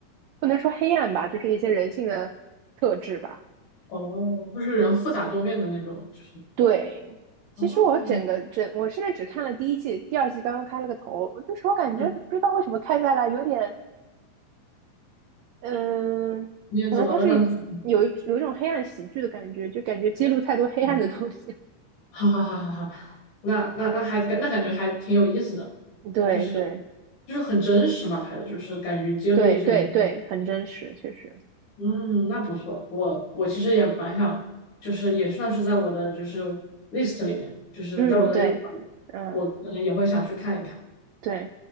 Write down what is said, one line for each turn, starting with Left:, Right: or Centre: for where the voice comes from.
Right: 不能说黑暗吧，就是一些人性的特质吧。
Left: 哦，就是人复杂多面的那种，就是
Right: 对，其实我整个整，
Left: 哦，
Right: 我现在只看了第一季，第二季刚刚开了个头，就是我感觉不知道为什么看下来有点，
Left: 嗯，
Right: 嗯，
Left: 天怎么了呢？
Right: 可能它是一有一有一种黑暗喜剧的感觉，
Left: <laughs>
Right: 就感觉揭露太多黑暗的东西。
Left: 嗯哈哈哈哈哈，那那那还感那感觉还挺有意思的，
Right: 对对
Left: 就是就是很真实嘛，拍的就是敢于揭露一些人。
Right: 对对对，很真实，确实。
Left: 嗯，那不错。我我其实也蛮想，就是也算是在我的就是 list 里面，就是在我的
Right: 嗯，对，
Left: list 里，
Right: 嗯
Left: 我可能也会想去看一看。
Right: 对，